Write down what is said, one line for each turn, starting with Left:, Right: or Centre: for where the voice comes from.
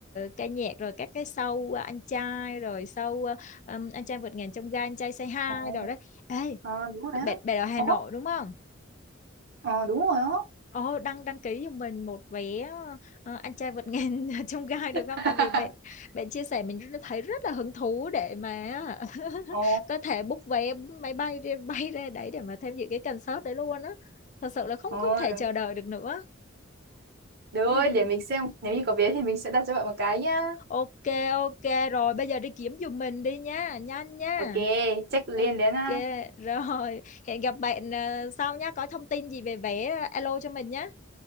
Left: ca nhạc rồi các cái show ờ, anh trai rồi show ờ, um, anh trai vượt ngàn chông gai anh trai say hi
Right: ờ,
Left: đồ đấy ê
Right: ờ, đúng rồi
Left: bạn
Right: á.
Left: bạn ở Hà
Right: Ủa,
Left: Nội đúng không
Right: ờ, đúng rồi á.
Left: Ồ, đăng đăng ký cho mình một vé ờ, anh trai vượt ngàn <laughs> chông gai được
Right: <laughs>
Left: không? Tại vì bạn bạn chia sẻ mình rất- thấy rất là hứng thú để mà <laughs>
Right: Ờ,
Left: có thể book vé máy bay đi bay ra đấy để mà tham dự cái concert đấy luôn á. Thật sự là không
Right: ờ,
Left: không thể chờ đợi được nữa.
Right: được rồi
Left: Ừ.
Right: để mình xem nếu như có vé thì mình sẽ đặt cho bạn một cái nhá
Left: Ok ok rồi bây giờ đi kiếm giùm mình đi nha, nhanh nha.
Right: ok check liền
Left: Ok
Right: đến ha
Left: rồi, hẹn gặp bạn ờ, sau nha, có thông tin gì về vé ờ, alo cho mình nhé.